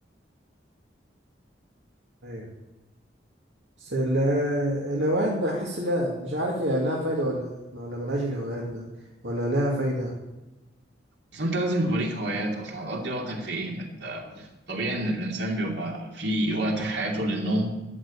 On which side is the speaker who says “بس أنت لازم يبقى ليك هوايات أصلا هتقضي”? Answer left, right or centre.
Right